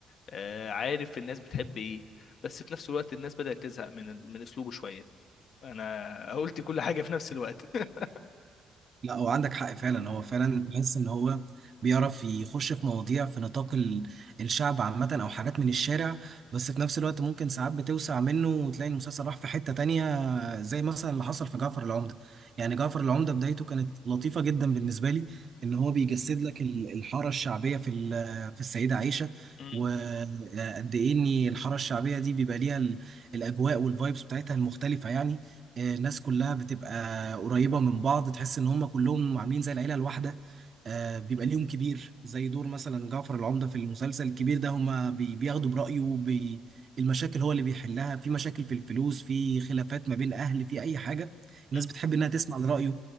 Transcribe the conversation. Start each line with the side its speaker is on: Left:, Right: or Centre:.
Left: آه، عارف الناس بتحب ايه بس في نفس الوقت الناس بدأت تزهق من ال- من اسلوبه شوية انا قلت كل حاجة في نفس الوقت <laughs>
Right: لا هو عندك حق فعلا هو فعلا بحس ان هو بيعرف يخش في مواضيع في نطاق ال- الشعب عامة او حاجات من الشارع بس في نفس الوقت ممكن ساعات بتوسع منه وتلاقي المسلسل راح في حتة تانية زي مثلا اللي حصل في جعفر العمدة يعني جعفر العمدة بدايته كانت لطيفة جدا بالنسبة لي ان هو بيجسد لك ال- الحارة الشعبية في ال- في السيدة عائشة
Left: م- م-
Right: وقد ايه ان الحاره الشعبيه دي بيبقى ليها ال- الاجواء والفايبس بتاعتها المختلفه يعني آه، الناس كلها بتبقى قريبة من بعض تحس ان هم كلهم عاملين زي العيلة الواحدة آه، بيبقى ليهم كبير زي دور مثلا جعفر العمدة في المسلسل الكبير ده هم بي- بياخدوا برأيه بي المشاكل هو اللي بيحلها في مشاكل في الفلوس في خلافات ما بين أهل في أي حاجة الناس
Left: م.
Right: بتحب انها تسمع لرأيه